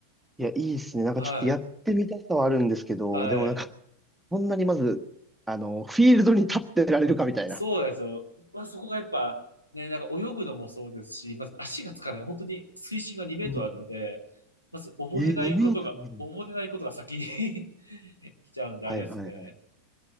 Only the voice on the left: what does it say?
はい。はい。
そうなんですよ。まあ、そこがやっぱ、ね、なんか泳ぐのもそうですし、まず足がつかない。本当に水深が2メートルあるので、
まず溺れないことが、
溺れないことが先に <laughs> 来ちゃうんで、
あれですね。